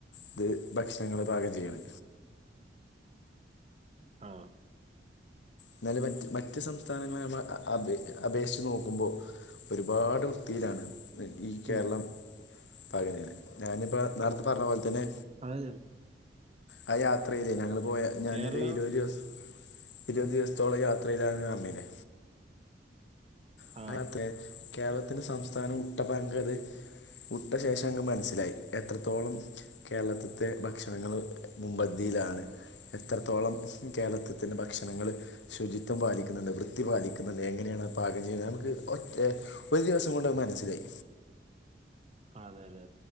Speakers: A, on the left; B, on the right.
A: ഇത് ഭക്ഷണങ്ങള് പാകം ചെയ്യണ്
B: ആ
A: ന്നാലും മറ്റ് മറ്റ് സംസ്ഥാനങ്ങളെ നമ്മ അപേ അപേക്ഷിച്ച് നോക്കുമ്പോ ഒരുപാട് വൃത്തിയിലാണ് ഈ കേരളം
B: ഉം
A: പകന്ണ് ഞാനിപ്പോ നേർത്തെ പറഞ്ഞ പോൽ തന്നെ
B: അതെ
A: ആ യാത്രേലെ ഞങ്ങള് പോയ ഞാനൊരു
B: കേരള
A: ഇര്‌വത് ദിവസം ഇര് വത് ദിവസത്തോളം യാത്രേലാണ് പർനിലെ <unintelligible>
B: ആഹ്
A: കേരളത്തിന്റെ സംസ്ഥാനം ഉട്ട പങ്ക്ത് ഉട്ട ശേഷം അങ്ങ് മനസ്സിലായി എത്രത്തോളം കേരളത്തിത്തെ ഭക്ഷണങ്ങള് മുമ്പന്തിലാണ് എത്രത്തോളം കേരളത്തിത്തിന്റെ ഭക്ഷണങ്ങള് ശുചിത്വം പാലിക്ക്ന്ന്ണ്ട്, വൃത്തി പാലിക്ക്ന്ന്ണ്ട്, എങ്ങനേണത് പാ <unintelligible> നമ്ക്ക് ഒറ്റേ ഒര് ദിവസം കൊണ്ടത് മനസ്സിലായി.
B: ആഹ്, അതെ അതെ